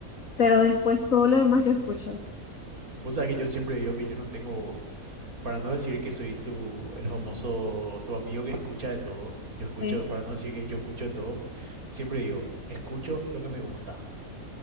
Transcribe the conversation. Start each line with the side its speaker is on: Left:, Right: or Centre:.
Left: pero después todo lo demás yo escucho.
Right: Vos sabés que yo siempre digo que yo no tengo Para no decir que soy tu, el famoso, tu amigo que escucha de todo, yo escucho,
Left: Sí.
Right: para no decir que yo escucho de todo, siempre digo, escucho lo que me gusta.